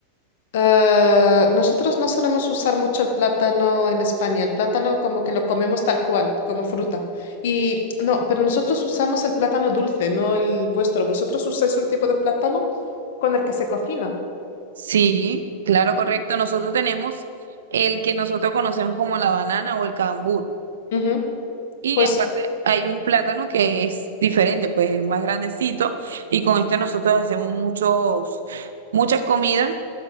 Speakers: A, on the left; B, on the right.
A: Eh, nosotros no solemos usar mucho el plátano en España. El plátano como que lo comemos tal cual, como fruta. Y no, pero nosotros usamos el plátano dulce, no el vuestro. Vosotros usáis un tipo de plátano con el que se cocina.
B: Sí, claro, correcto. Nosotros tenemos el que nosotros conocemos como la banana o el cambur.
A: Ujú.
B: Y
A: Pues
B: aparte hay un plátano que es diferente, pues es más grandecito. Y con este nosotros hacemos muchos, muchas comidas